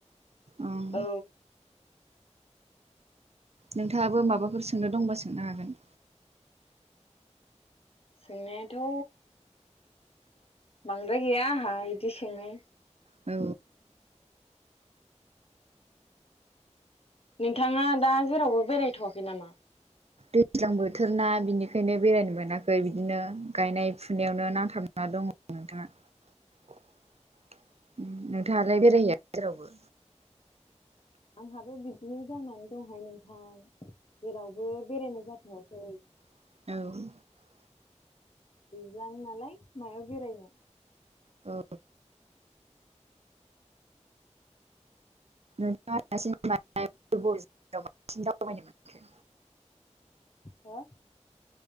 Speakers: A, on the right (about 60°); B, on the left (about 55°).
A: ओं
B: औ
A: नोंथाङाबो माबाफोर सोंनो दंबा सोंनो हागोन
B: सोंनायाथ' बांद्राय गैया आंहा बिदि सोंनाय
A: औ
B: नोंथाङा दा जेरावबो बेरायथ'वाखै नामा
A: दैज्लां बोथोर ना बिनिखायनो बेरायनो मोनाखै बिदिनो गायनाय फुनायावनो नांथाबना दङ नोंथाङा नोंथाङालाय बेरायहैया जेरावबो
B: आंहाबो बिदिनो जानानै दंहाय नोंथां जेरावबो बेरायनाय जाथ'आखै दै
A: औ
B: बिजानो नालाय मायाव बेरायनो
A: औ नोंथाङा दासिम बांसिन दावबायनो मोनाखै
B: हा